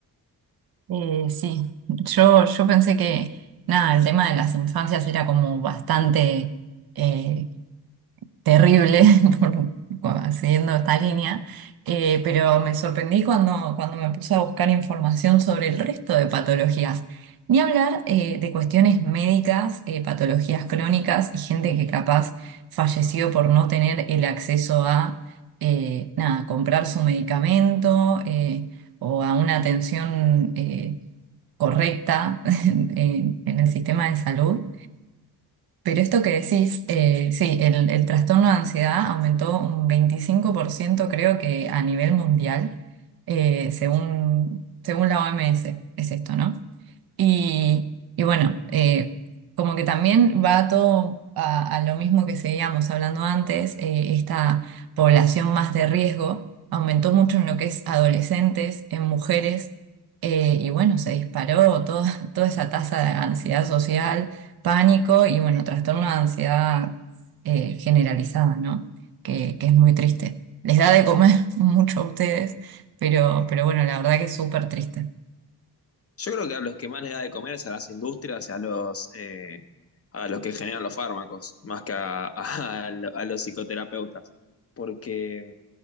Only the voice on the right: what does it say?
Eh, sí, yo, yo pensé que, nada, el tema de las infancias era como bastante eh, terrible, <laughs> por, cua- siguiendo esta línea, eh, pero me sorprendí cuando, cuando me puse a buscar información sobre el resto de patologías. Ni hablar eh, de cuestiones médicas, eh, patologías crónicas y gente que capaz falleció por no tener el acceso a, eh, nada, comprar su medicamento eh, o a una atención. eh, correcta <laughs> en, en- el sistema de salud. Pero esto que decís, eh, sí, el, el trastorno de ansiedad aumentó un 25%, creo que a nivel mundial, eh, según, según la OMS, es esto, ¿no? Y, y bueno, eh, como que también va todo a, a lo mismo que seguíamos hablando antes, eh, esta población más de riesgo aumentó mucho en lo que es adolescentes, en mujeres, eh, y bueno, se disparó toda, <laughs> toda esa tasa de ansiedad social, pánico y bueno, trastorno de ansiedad eh, generalizada, ¿no? Que, que es muy triste. Les da de comer <laughs> mucho a ustedes, pero, pero bueno, la verdad que es súper triste.